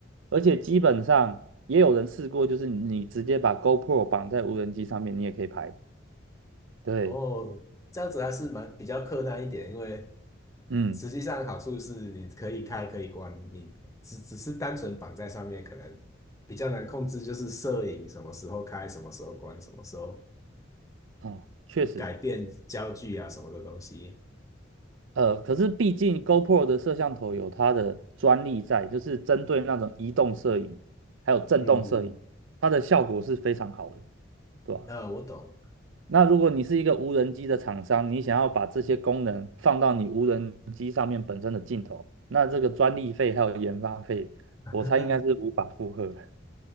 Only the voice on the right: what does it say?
而且基本上也有人试过，就是你直接把 GoPro 绑在无人机上面，你也可以拍。对，
嗯，
哦，确实。
呃，可是毕竟 GoPro 的摄像头有它的专利在，就是针对那种移动摄影还有震动摄影，
它的效果是非常好的，对吧？
那如果你是一个无人机的厂商，你想要把这些功能放到你无人机上面本身的镜头，那这个专利费还有研发费，
我猜应该是无法负荷的。